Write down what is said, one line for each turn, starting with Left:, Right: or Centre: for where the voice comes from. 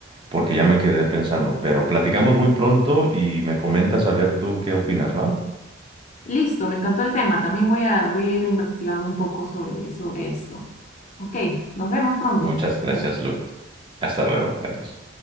Right: porque ya me quedé pensando. Pero platicamos muy pronto y me comentas a ver tú qué opinas, ¿va?
Left: Listo, me encantó el tema. También voy a, voy a ir investigando un poco sobre, sobre esto. Ok, nos vemos pronto.
Right: Muchas gracias,
Left: Cuídate.
Right: Lu. Hasta
Left: Chao.
Right: luego. Adiós.